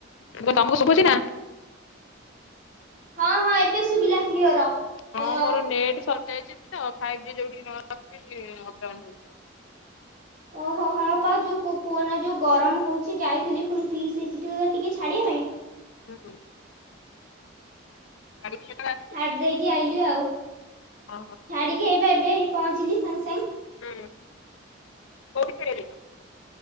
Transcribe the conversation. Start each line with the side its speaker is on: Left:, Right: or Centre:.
Left: <inaudible> ତମକୁ ଶୁଭୁଛି ନାଁ?
Right: ହଁ-ହଁ ଏବେ ଶୁଭିଲା କ୍ଲିୟର
Left: ହଁ
Right: ହାଲୋ।
Left: ମୋର ନେଟ୍ ସରିଯାଇଚି। ତ ଫାଇଭ୍ ଜି ଯଉଠି ନ <inaudible> ଆସୁଛି ସିଏ ଅପ୍ ଡାଉନ୍ ହଉଛି।
Right: ଓହୋ ହଁ ବା ଯଉ କୁ କୁହନା ଯଉ ଗରମ ହଉଛି ଯାଇଥିଲି ଫୁଣି ପିିିଇଶିକି ଟିକିଏ ଛାଡ଼ିବା ପାଇଁ
Left: ହୁଁ-ହୁଁ। <unintelligible>
Right: ଛାଡ଼ି ଦେଇକି ଆଇିଲି ଆଉ।
Left: ହଁ-ହଁ।
Right: ଛାଡ଼ିକି ହେଇବା ଏବେ ହିଁ ପହଞ୍ଚିଲି ସାଙ୍ଗେ-ସାଙ୍ଗେ।
Left: ହୁଁ କୋଉଠି <inaudible>